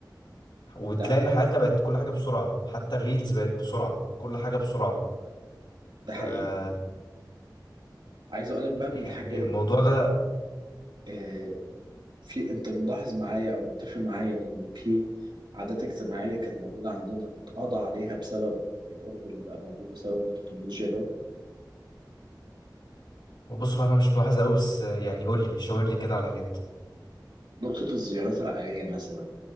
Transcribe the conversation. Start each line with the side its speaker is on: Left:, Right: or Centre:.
Left: وتلاقي
Right: ده
Left: ان حياتنا بقت كل حاجة بسرعة حتى الريلز بقت بسرعة كل حاجة بسرعة
Right: ده حقيقي
Left: ف
Right: عايز أقولك بقى من
Left: يعني
Right: الحاجات
Left: الموضوع ده
Right: آه، في أنت ملاحظ معايا أو متفق معايا إن في عادات اجتماعية كانت موجودة عندنا اتقضى عليها بسبب القرب اللي بقى موجود بسبب التكنولوجيا ده
Left: بص هو انا مش ملاحظ قوي بس يعني قول لي شاور لي كده على حاجات
Right: نقطة الزيارات العائلية مثلا